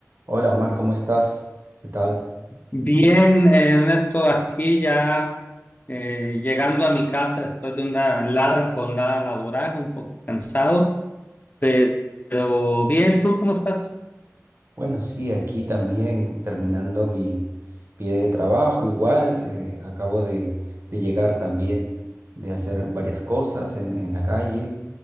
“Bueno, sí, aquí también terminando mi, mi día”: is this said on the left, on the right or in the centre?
Right